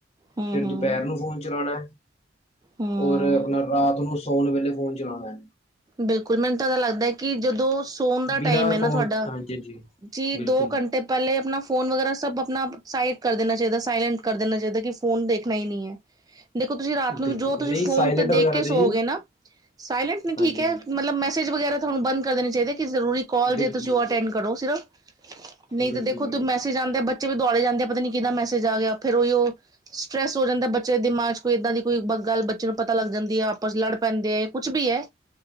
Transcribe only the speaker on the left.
ਫੇਰ
ਦੁਪੈਰ ਨੂੰ ਫੋਨ ਚਲਾਣੈ
ਔਰ ਅਪਣਾ ਰਾਤ ਨੂੰ ਸੋਨ ਵੇਲੇ ਫੋਨ ਚਲਾਣੈ।
ਬਿਨਾਂ
ਫੋਨ
ਹਾਂਜੀ ਹਾਂਜੀ
ਬਿਲਕੁਲ
ਬਿਲਕੁਲ
ਨਹੀਂ
ਸਾਇਲੈਂਟ
ਵਗੈਰਾ
ਜੀ
ਹਾਂਜੀ
ਹਾਂਜੀ
ਬਿਲਕੁਲ
ਬਿਲਕੁਲ
ਬਿਲਕੁਲ
ਬਿਲਕੁਲ